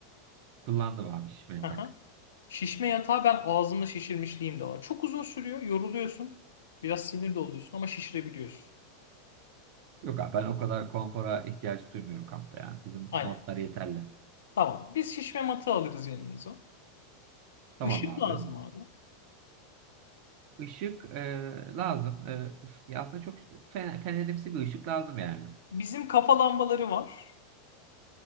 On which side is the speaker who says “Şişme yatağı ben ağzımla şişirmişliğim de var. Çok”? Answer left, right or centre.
Left